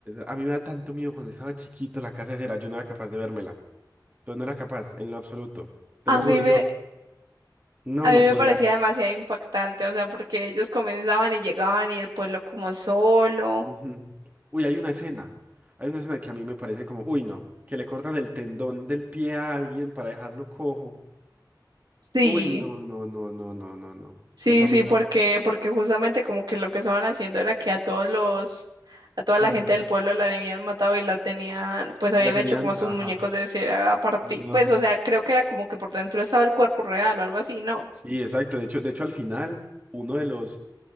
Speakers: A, on the right (about 20°); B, on the right (about 65°).
A: A mí me da tanto miedo cuando estaba chiquito la casa de cera. Yo no era capaz de vérmela. Yo no era capaz, en lo absoluto. Te
B: A
A: lo
B: mí
A: juro, yo
B: me,
A: no,
B: a
A: no
B: mí me
A: podía.
B: parecía demasiado impactante, o sea, porque ellos comenzaban y llegaban y el pueblo como solo.
A: Ujú. Uy, hay una escena. Hay una escena que a mí me parece como, uy, no, que le cortan el tendón del pie a alguien para dejarlo cojo.
B: Sí.
A: Uy, no, no, no, no, no, no, no.
B: Sí,
A: Eso a mí
B: sí,
A: no.
B: porque, porque justamente como que lo que estaban haciendo era que a todos los, a toda la
A: Ujú.
B: gente del pueblo la habían matado y la tenían, pues habían
A: La tenían,
B: hecho como sus
A: ajá.
B: muñecos de cera a partir,
A: No.
B: pues, o sea, creo que era como que por dentro estaba el cuerpo real o algo así, ¿no?
A: Sí, exacto. De hecho, de hecho, al final, uno de los